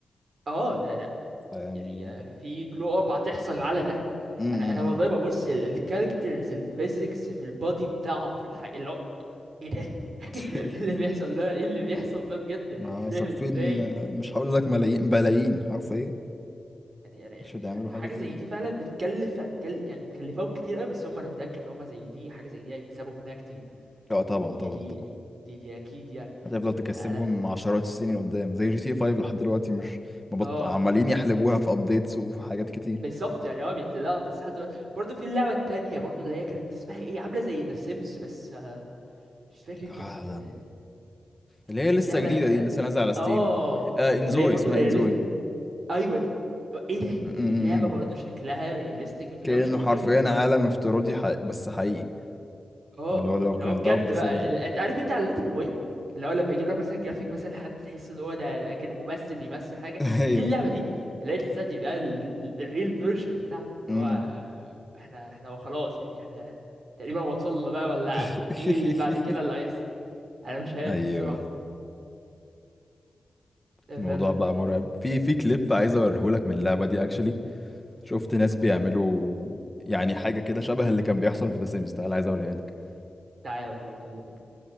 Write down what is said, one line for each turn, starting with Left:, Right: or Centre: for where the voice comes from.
Right: اه لا لا
Centre: فيعني
Right: يعني في جلو اب هتحصل على ده
Centre: امم
Right: انا انا والله ببص الكاركترز الفيزيكس في البادي بتاعهم في الحقيقة اللي هو ايه ده <laughs>
Centre: <laughs>
Right: اللي بيحصل ده ايه اللي بيحصل ده بجد انا
Centre: ما
Right: مش فاهم
Centre: صارفين
Right: ازاي
Centre: آه، مش هقول لك ملايين بلايين حرفيا
Right: يعني يعني
Centre: عشان
Right: يعني
Centre: يعملوا
Right: حاجه
Centre: حاجة زي
Right: زي
Centre: دي
Right: دي فعلا بتكلف هتكل يعني مكلفاهم كتير قوي بس هم انا متاكد ان هم زي دي حاجه زي دي هيكسبوا منها كتير
Centre: اه طبعا
Right: يعني
Centre: طبعا
Right: هي دي
Centre: طبعا
Right: دي دي اكيد يعني
Centre: هتفضل تكسبهم
Right: انا انا
Centre: عشرات السنين قدام زي جي تي 5 لحد دلوقتي مش مبط...
Right: اه
Centre: عمالين يحلبوها في ابديتس وحاجات كتير
Right: بالظبط يعني اه بينزل لها بس لحد دلوقتي برضه في اللعبه التانية برضه اللي هي كانت اسمها ايه عامله زي ذا سيمز بس آه مش فاكر
Centre: آه،
Right: كانت آه
Centre: اللي هي
Right: كانت
Centre: لسه
Right: لعبه
Centre: جديدة
Right: نازله
Centre: دي لسه نازلة على ستيم
Right: اه
Centre: آه انزوي
Right: اللي هي برضه
Centre: اسمها
Right: رياليست
Centre: انزوي
Right: ايوه ايه ده
Centre: م- م-
Right: اللعبه
Centre: م.
Right: برضه شكلها رياليستيك بطريقه
Centre: كأنه
Right: مش طبيعيه
Centre: حرفيا
Right: لا
Centre: عالم افتراضي حق... بس حقيقي
Right: اه
Centre: اللي هو لو
Right: اللي
Centre: قارنتها
Right: هو بجد
Centre: بذا
Right: بقى
Centre: سيمز يعني
Right: ال- انت عارف انت اعلانات الموبايل اللي هو لما يجيب لك مثلا جرافيك مثلا حد تحس ان هو ده كأنه ممثل بيمثل حاجه
Centre: <laughs> ايوه
Right: دي اللعبه دي اللي هي تحسها دي بقى الريل فيرجن بتاعها اللي
Centre: م.
Right: هو احنا احنا خلاص يعني احنا تقريبا وصلنا بقى ولا
Centre: <laughs>
Right: ايه اللي بعد كده اللي هيحصل انا مش عارف
Centre: ايوه
Right: الصراحه لا،
Centre: الموضوع
Right: فعلا
Centre: بقى
Right: مم.
Centre: مرعب في في كليب عايز اوريهولك من اللعبة دي اكشلي شفت ناس بيعملوا يعني حاجة كده شبه اللي كان بيحصل في ذا سيمز تعالى عايز اوريها لك
Right: تعالى وريني يلا بينا